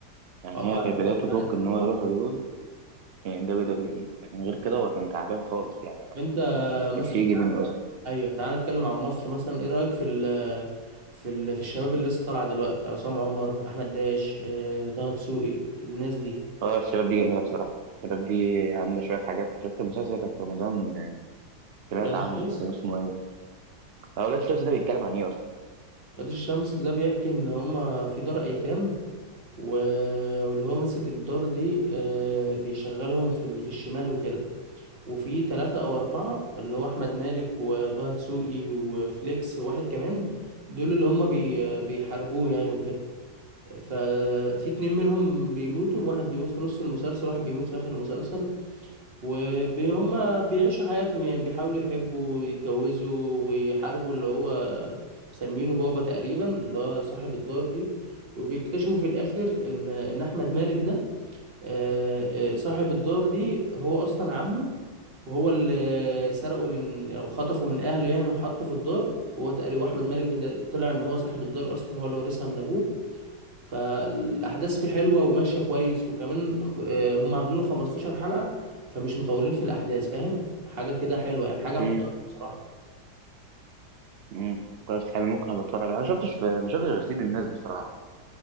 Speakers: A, on the right; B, on the right.
A: يعني
B: اه عارف
A: هي كانت بدايه الروك
B: عارف.
A: ان هو يروح هوليوود من دبليو دبليو اي لكن غير كده هو كان تعبان خالص يعني
B: انت مثلا
A: الشيء يجي منه
B: ايوه تعال نتكلم عن مصر مثلا ايه رايك في ال في ال في الشباب اللي لسه طالعه دلوقتي عصام عمر احمد داش آه، طه دسوقي الناس دي
A: اه الشباب دي جميلة بصراحة الشباب دي عاملة شوية حاجات شفت المسلسل اللي كان في رمضان سمعت
B: ولاد الشمس
A: عنه كان اسمه ايه؟ آه، أولاد الشمس ده بيتكلم عن ايه أصلا؟
B: ولاد الشمس ده بيحكي ان هما في دار ايتام و- واللي هو ماسك الدار دي آه، بيشغلهم في ال- في الشمال وكده وفي ثلاثة او اربعة اللي هو احمد مالك وطه دسوقي وفليكس وواحد كمان دول اللي هما بي بيحاربوه يعني وكده ففي اتنين منهم بيموتوا واحد بيموت في نص المسلسل واحد بيموت في آخر المسلسل وهما بيعيشوا حياتهم يعني بيحاولوا يحبوا ويتجوزوا ويحاربوا اللي هو مسمينه بابا تقريبا اللي هو صاحب الدار دي وبيكتشفوا في الآخر إن إن أحمد مالك ده آه، آه، صاحب الدار دي هو أصلا عمه وهو اللي سرقه من أو خطفه من أهله يعني وحطه في الدار وهو تقريبا وأحمد مالك ده طلع إن هو صاحب الدار أصلا هو اللي ورثها من أبوه فالاحداث فيه حلوه وماشيه كويس وكمان آه، هم عاملين له 15 حلقه فمش مطولين في الاحداث فاهم حاجه كده حلوه يعني حاجه محترمه
A: امم
B: بصراحه
A: امم خلاص حلو ممكن ابقى اتفرج عليه. انا ما شفتش ما شفتش غير سيد الناس بصراحة